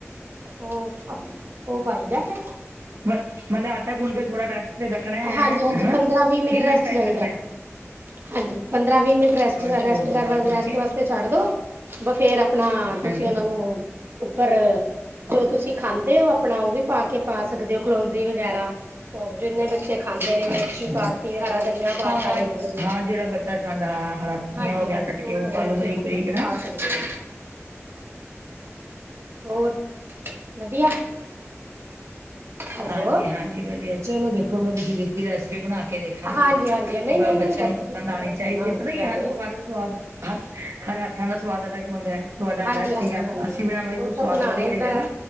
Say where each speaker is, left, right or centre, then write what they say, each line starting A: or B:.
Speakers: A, on the right (about 50°); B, on the right (about 75°).
A: ਓ ਅਪ ਓ ਪਾਈਦੈ ਫੇਰ
B: ਮ ਮਲਬ ਆਟਾ ਗੁੰਨ ਕੇ ਥੋੜ੍ਹਾ ਰੈਸਟ ਤੇ ਰੱਖਣਾ ਐ
A: ਹਾਂਜੀ ਹਾਂਜੀ
B: ਹੈਨਾ
A: ਪੰਦਰਾਂ ਵੀਹ ਮਿੰਟ
B: ਕਿੰਨਾ
A: ਰੈਸਟ
B: ਕੁ ਟਾਈਮ
A: ਚਾਹੀਦਾ
B: ਰੱਖਣਾ ਐ?
A: ਹਾਂਜੀ ਪੰਦਰਾਂ-ਵੀਹ ਮਿੰਟ ਰੈਸਟ
B: ਛੋੜ
A: ਰੈਸਟ
B: ਦੋ ਮਤਲਬ ਗੁੰਨ
A: ਰੈਸਟ
B: ਕੇ
A: ਵਾਸਤੇ ਛੱਡ ਦੋ, ਬ ਫੇਰ ਫੇਰ ਅਪਣਾ ਤੁਸੀ
B: ਹਾਂਜੀ
A: ਓਨਾਂ ਨੂੰ ਉਪਰ ਜੋ ਤੁਸੀ ਖਾਂਦੇ ਓ ਅਪਣਾ ਓ ਵੀ ਪਾ ਕੇ ਪਾ ਸਕਦੇ ਓ ਕਲੋਂਜੀ ਵਗੈਰਾ ਸੋ ਜਿੰਨੇ ਬੱਚੇ ਖਾਂਦੇ ਨੇ ਮੇਥੀ
B: ਅੱਛਾ
A: ਪਾਤੀ ਹਰਾ ਧਨੀਆ ਪਾਤਾ
B: ਹਾਂ-ਹਾਂ,
A: ਵੇਲ ਕੇ
B: ਹਾਂ ਜੇੜਾ ਬੱਚਾ ਖਾਂਦਾ ਹਾਂ ਹਰਾ ਧਨੀਆ
A: ਹਾਂਜੀ
B: ਹੋ ਗੇਆ।
A: ਹਾਂਜੀ
B: ਕੱਟ
A: ਜੋ
B: ਕੇ
A: ਤੁਹਾਡੇ
B: ਓ ਪਾਲੋ
A: ਬੱਚੇ
B: ਬਰੀਕ
A: ਖਾਂਦੇ
B: ਬਰੀਕ
A: ਨੇ
B: ਨਾ।
A: ਪਾ ਹਾਂਜੀ, ਹੋਰ ਵਧੀਆ। ਹੈਲੋ
B: ਹਾਂਜੀ-ਹਾਂਜੀ ਵਧੀਆ ਚਲੋ ਦੇਖੋ ਮੈਂ ਤੁਸੀ ਰੈਸਪੀ ਬਣਾ ਕੇ ਦੇਖਾਂਗੀ।
A: ਹਾਂਜੀ ਹਾਂਜੀ ਨਹੀਂ
B: ਬ
A: ਨਹੀਂ ਨਹੀਂ
B: ਬੱਚੇਆਂ
A: ਰੈਸਪੀ
B: ਨੂੰ ਪਸੰਦ
A: ਤੇ ਟਰਾਈ
B: ਆਣੀ ਚਾਈਦੀ
A: ਕਰਨਾ
B: ਏ।
A: ਵਧੀਆ
B: ਪਤਾ ਕੀ ਏ ਹਰ ਰੋਜ ਹਰ ਸਵਾਦ ਹਰ ਹਰ ਹੱਥਾਂ ਦਾ ਸਵਾਦ ਅਲੱਗ ਹੁੰਦਾ ਐ। ਤੁਵਾਡਾ
A: ਹਾਂਜੀ
B: ਅਲੱਗ
A: ਹਾਂਜੀ
B: ਸੀਗਾ।
A: ਹਾਂਜੀ
B: ਅਸੀ ਬਨਾਵਾਂਗੇ
A: ਉਹ
B: ਵੀ ਕੁੱਛ
A: ਤਾਂ
B: ਸਵਾਦ
A: ਬਣਾਣੇ
B: ਹੋਰ ਹੋਏਗਾ
A: ਦਾ
B: ਨਾ।